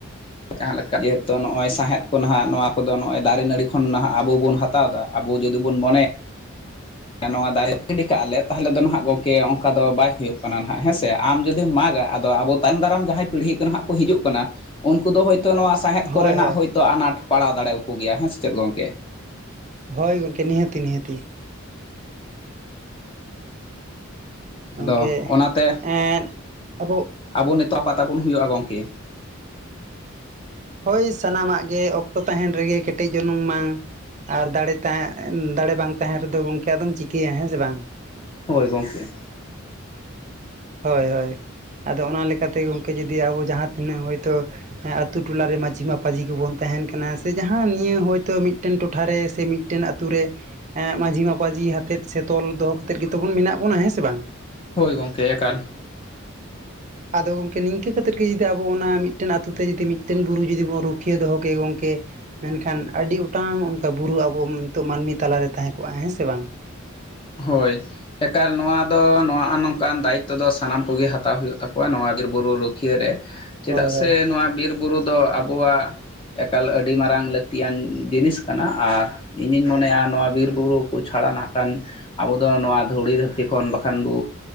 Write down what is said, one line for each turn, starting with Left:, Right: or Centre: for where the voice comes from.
Left: ᱡᱟᱦᱟᱸ ᱞᱮᱠᱟ ᱡᱮᱦᱮᱛᱩ ᱱᱚᱜᱼᱚᱭ ᱥᱟᱶᱸᱦᱮᱫ ᱠᱚ ᱱᱟᱦᱟᱜ ᱱᱚᱣᱟ ᱠᱚᱫᱚ ᱱᱚᱜᱼᱚᱭ ᱫᱟᱨᱮ ᱱᱟᱹᱤ ᱠᱷᱚᱱ ᱱᱟᱦᱟᱜ ᱟᱵᱚ ᱵᱚᱱ ᱦᱟᱛᱟᱟᱣ ᱦᱟᱛᱟᱣᱫᱟ ᱟᱵᱚ ᱡᱩᱫᱤ ᱵᱚᱱ ᱢᱚᱱᱮᱭᱟ ᱱᱚᱣᱟ ᱫᱟᱨᱮ ᱜᱤᱰᱤ ᱠᱟᱜᱼᱟᱞᱮ ᱛᱟᱦᱚᱞᱮ ᱫᱚ ᱱᱟᱦᱜ ᱜᱚᱢᱠᱮ ᱚᱱᱠᱟ ᱫᱚ ᱵᱟᱭ ᱦᱩᱭᱩᱜ ᱠᱟᱱᱟ ᱱᱟᱦᱜ ᱦᱮᱸ ᱥᱮ ᱟᱢ ᱡᱩᱫᱤᱢ ᱢᱟᱜᱟ ᱟᱫᱚ ᱟᱵᱚ ᱛᱟᱭᱚᱢ ᱫᱟᱨᱟᱢ ᱡᱟᱦᱟᱸᱭ ᱯᱤᱲᱦᱤ ᱠᱚ ᱱᱟᱦᱟᱜ ᱠᱚ ᱦᱤᱡᱩᱜ ᱠᱟᱱᱟ ᱩᱱᱠᱩ ᱫᱚ ᱦᱭᱛᱳ ᱱᱚᱣᱟ ᱾ ᱥᱟᱸᱮᱫ ᱠᱚᱨᱮᱱᱟᱜ
Right: ᱦᱳᱭ ᱦᱳᱭ
Left: ᱦᱳᱭᱛᱳ ᱟᱱᱟᱴ ᱯᱟᱲᱟᱣ ᱫᱟᱲᱮᱭᱟ ᱠᱚ ᱜᱮᱭᱟ ᱦᱮᱸ ᱥᱮ ᱪᱮᱫ ᱜᱚᱝᱠᱮ ᱾
Right: ᱦᱳᱭ ᱜᱚᱢᱠᱮ ᱱᱤᱦᱟᱹᱛᱤ ᱱᱤᱦᱟᱹᱛᱤ ᱾ ᱜᱚᱢᱠᱮ
Left: ᱟᱫᱚ ᱚᱱᱟᱛᱮ
Right: <unintelligible> ᱟᱵᱚᱜ
Left: ᱟᱵᱚ ᱱᱤᱛᱚᱜ ᱚᱠᱟᱛᱟᱵᱚᱱ ᱦᱩᱭᱩᱜᱼᱟ ᱜᱚᱢᱠᱮ, ᱾
Right: ᱦᱳᱭ ᱥᱟᱱᱟᱢᱟᱜ ᱜᱮ ᱚᱠᱛᱚ ᱛᱟᱦᱮᱸᱱ ᱨᱮᱜᱮ ᱠᱷᱮᱴᱮᱡ ᱡᱚᱱᱩᱝ ᱢᱟ ᱾ ᱟᱨ ᱫᱟᱲᱮ ᱛᱟᱦᱮᱸ ᱮ ᱫᱟᱲᱮ ᱵᱟᱝ ᱛᱟᱦᱮᱸᱱ ᱨᱮᱫᱚ ᱜᱚᱢᱠᱮ ᱟᱫᱚᱢ ᱪᱤᱠᱟᱹᱭᱟ ᱦᱮᱸ ᱥᱮ ᱵᱟᱝ ᱾
Left: ᱦᱳᱭ ᱜᱚᱝᱠᱮ ᱾
Right: ᱦᱳᱭ ᱦᱳᱭ ᱟᱫᱚ ᱚᱱᱟ ᱞᱮᱠᱟᱛᱮ ᱜᱚᱢᱠᱮ ᱡᱩᱫᱤ ᱟᱵᱚ ᱡᱟᱦᱟᱸ ᱛᱤᱱᱟᱹᱜ ᱦᱚᱭᱛᱳ ᱟᱹᱛᱩ ᱴᱚᱞᱟ ᱨᱮ ᱢᱟᱡᱷᱤ ᱢᱟᱯᱟᱡᱷᱤ ᱠᱚᱵᱚᱱ ᱛᱟᱦᱮᱱ ᱠᱟᱱᱟ ᱥᱮ ᱡᱟᱦᱟᱸ ᱱᱤᱭᱟᱹ ᱦᱚᱭᱛᱳ ᱢᱤᱫᱴᱮᱱ ᱴᱚᱴᱷᱟᱨᱮ ᱥᱮ ᱢᱤᱫ ᱢᱤᱫᱴᱮᱱ ᱟᱹᱛᱩ ᱨᱮ ᱮ ᱢᱟᱺᱡᱷᱤ ᱢᱟᱯᱟᱡᱷᱤ ᱦᱟᱛᱮᱫ ᱥᱮ ᱛᱚᱞ ᱫᱚᱦᱚ ᱠᱟᱛᱮᱫ ᱜᱮᱛᱚᱵᱚᱱ ᱢᱮᱱᱟᱜ ᱵᱚᱱᱟ ᱦᱮᱸ ᱥᱮ ᱵᱟᱝ?
Left: ᱦᱳᱭ ᱜᱚᱢᱠᱮ ᱮᱠᱟᱞ ᱾
Right: ᱟᱫᱚ ᱜᱚᱢᱠᱮ ᱱᱤᱝᱠᱟ ᱠᱟᱛᱮ ᱜᱮ ᱡᱚᱫᱤ ᱟᱵᱚ ᱚᱱᱟ ᱢᱤᱫ ᱴᱟᱝ ᱟᱹᱛᱩ ᱛᱮ ᱢᱤᱫ ᱴᱟᱝ ᱵᱩᱨᱩ ᱡᱩᱫᱤ ᱨᱩᱠᱷᱤᱭᱟᱹ ᱫᱚ ᱦᱚ ᱠᱤᱭᱟ ᱜᱚᱢᱠᱮ, ᱢᱮᱱᱠᱷᱟᱱ ᱟᱹᱰᱤ ᱜᱚᱴᱟᱝ ᱚᱱᱠᱟ ᱵᱩᱨᱩ ᱟᱵᱚ ᱱᱤᱛᱚᱜ ᱢᱟᱹᱱᱢᱤ ᱛᱟᱞᱟᱨᱮ ᱛᱟᱦᱮᱸ ᱠᱚᱜ-ᱟ ᱦᱮᱸ ᱥᱮ ᱵᱟᱝ?
Left: ᱦᱳᱭ ᱾ ᱮᱠᱟᱞ ᱱᱚᱣᱟ ᱫᱚ ᱱᱚᱣᱟ ᱟᱱ ᱚᱝᱠᱟᱱ ᱫᱟᱭᱤᱛᱛᱚ ᱫᱚ ᱥᱟᱱᱟᱢ ᱠᱚᱜᱮ ᱦᱟᱛᱟᱣ ᱦᱩᱭᱩᱜ ᱛᱟᱠᱚᱣᱟ ᱱᱚᱣᱟ ᱵᱤᱨ ᱵᱩᱨᱩ ᱨᱩ <unintelligible> ᱨᱩᱠᱷᱤᱭᱟᱹ ᱨᱮ ᱪᱮᱫᱟᱜ
Right: ᱦᱳᱭ
Left: ᱥᱮ
Right: ᱦᱳᱭ
Left: ᱱᱚᱣᱟ ᱵᱤᱨᱵᱩᱨᱩ ᱫᱚ ᱟᱵᱚᱣᱟᱜ ᱮᱠᱟᱞ ᱟᱹᱰᱤ ᱢᱟᱨᱟᱝ ᱞᱟᱹᱠᱛᱤᱭᱟᱱ ᱡᱤᱱᱤᱥ ᱠᱟᱱᱟ ᱟᱨ, ᱤᱧ ᱧᱤᱧ ᱢᱚᱱᱮᱭᱟ ᱱᱚᱣᱟ ᱵᱤᱨ ᱵᱩᱨᱩ ᱠᱚ ᱪᱷᱟᱲᱟᱱ ᱟᱠᱟᱱ ᱟᱵᱚ ᱫᱚ ᱱᱚᱣᱟ ᱫᱷᱩᱲᱤ ᱫᱷᱟᱹᱨᱛᱤ ᱠᱷᱚᱱ ᱵᱟᱠᱷᱟᱱ ᱵᱚ